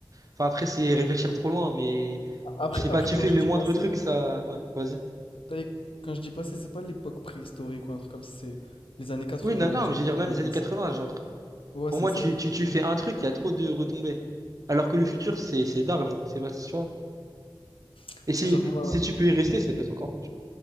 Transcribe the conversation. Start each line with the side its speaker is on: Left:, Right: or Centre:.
Right: enfin, après, c'est réfléchir trop loin, mais
Left: Après,
Right: je sais
Left: après
Right: pas, tu
Left: quand
Right: fais
Left: je
Right: le
Left: dis
Right: moindre
Left: passé,
Right: truc, ça. Ouais, vas-y.
Left: t'as- quand je dis passé, c'est pas l'époque préhistorique ou un truc comme ça, c'est les années quatre-vingts
Right: Oui, non, non,
Left: les
Right: mais
Left: années
Right: je veux dire,
Left: quatre-vingt-dix
Right: même les années quatre-vingts genre,
Left: Ouais,
Right: pour
Left: c'est
Right: moi,
Left: ça.
Right: tu, tu, tu fais un truc, il y a trop de retombées. Alors que le futur, c'est, c'est d'art, genre, c'est pas, tu vois.
Left: Tu
Right: Et si,
Left: sais, genre, moi,
Right: si tu peux y rester, ça peut être encore mieux.